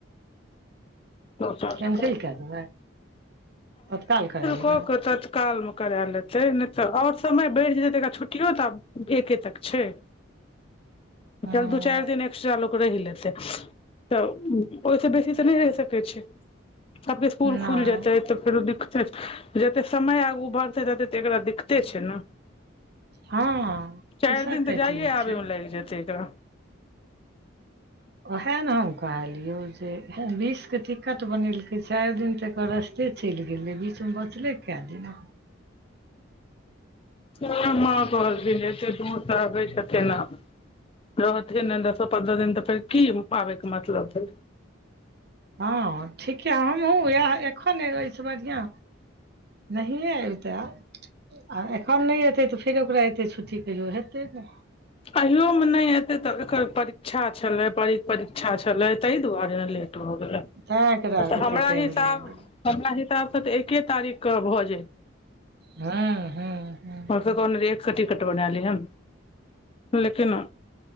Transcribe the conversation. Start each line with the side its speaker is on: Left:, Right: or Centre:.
Left: <unintelligible> केन
Right: कैंसिल कए देबै तत्काल करा लेबै
Left: कक त कल मे करा लेतै नय तऽऔर समय बढ़ि जेतै तऽ एकरा छुट्टीयो तऽ आब एके तक छैय।
Right: हँ
Left: चल दू चारि दिन एक्स्ट्रा लोक रहि लेतै। तऽ ओहिसे बेसी तऽ नय रहि सकै छैय। सब स्कूल
Right: नहि
Left: खुल जेतै तऽ फेरो दिक्कत छैय। जते समय आगू बढ़तै तते तऽ एकरा दिक्कते छैय न।
Right: हँ
Left: चारि
Right: पैसा
Left: दिन
Right: काटि
Left: तऽ जाइए
Right: लै
Left: आबै
Right: छै
Left: मे लागि जेतै एकरा
Right: उएह ने हम कहलिये जे बीस के टिकट बनेलकै चारि दिन तऽएकर के चलि गेलै बीचमे बचलै कैए दिना।
Left: सैह माँ कहलखिन एते दुर से आबै छैय केना रहते नै दसो पन्द्रह दिन तऽ फेर की पाबै के मतलब मैले।
Right: हँं ठीके हमहूँ इएह एखन एबै से बढ़ियां नहिए अइतै आब आ एखन नय एतै त फेर ओकरा एते छुट्टी कहियो हेतै ने
Left: अहियो मे नहि एते तऽ एकर परीक्षा छलै पर परीक्षा छलै ताहि दुआरे ऐले। अच्छा
Right: तैँ एकरा एतेक
Left: हमरा
Right: टाइम
Left: हिसाब
Right: लागि गेल
Left: हमरा से एके तारीख के भ।
Right: हाँ हाँ हाँ
Left: हम तऽ कहने रहिये एक टिकट बनाय लीयह। लेकिना